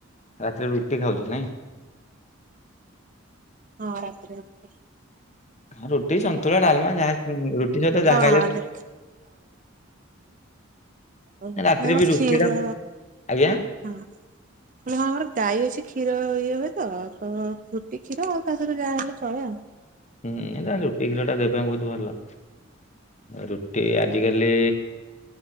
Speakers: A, on the left; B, on the right.
A: ରାତିରେ ରୁଟି ଖାଉଛ ନାଇଁ?
B: ହଁ ରାତି ରୁଟି।
A: ଆଉ ରୁଟି ସ ତୋ ଡାଲମା ଯାହା ରୁଟି ସହିତ ଯାହା
B: ହଁ
A: ଖାଇଲେ
B: ଯେ ଓ ଆମର
A: ରାତିରେ ବି
B: କ୍ଷୀର
A: ରୁଟି ଟା ଆଜ୍ଞା
B: ହଁ ହଁ ଆମର ଗାଈ ଅଛି। କ୍ଷୀର ଇଏ ହୁଏ ତ, ରୁଟି କ୍ଷୀର ଆଉ ତା ସହିତ ଯାହା ହେଲେ ଚଳେ ଆଉ।
A: ହୁଁ ରୁଟି କ୍ଷୀର ଟା ଦେହ ପାଇଁ ବହୁତ ଭଲ, ରୁଟି ଆଜିକାଲି